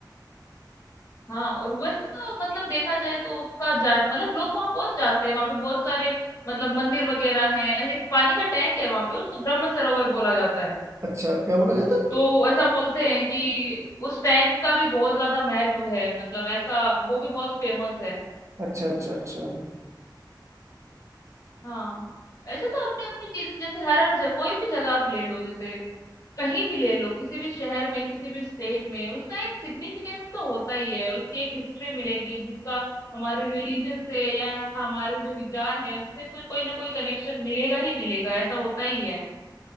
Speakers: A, on the left (about 45°); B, on the right (about 40°).
A: हाँ और वैसे तो मतलब देखा जाए तो उसका जान मतलब लोग वहां बहुत जाते हैं वहां पे बहुत सारे मतलब मंदिर वगैरह हैं ऐसे एक पानी का टैंक है वहां पे उसको ब्रह्म सरोवर बोला जाता है
B: अच्छा क्या बोला जाता
A: तो ऐसा बोलते हैं कि उस टैंक का भी बहुत ज्यादा महत्व है मतलब ऐसा वो भी बहुत फेमस है
B: है? अच्छा अच्छा अच्छा
A: हाँ ऐसे तो अपनी अपनी चीज जैसे हर हर जगह कोई भी जगह आप ले लो जैसे कहीं भी ले लो, किसी भी शहर में, किसी भी स्टेट में, उसका एक सिग्निफिकेंस तो होता ही है, उसकी एक हिस्ट्री मिलेगी जिसका हमारे रिलीजन से या हमारे जो विचार है उससे कोई कोई ना कोई कनेक्शन मिलेगा ही मिलेगा, ऐसा होता ही है।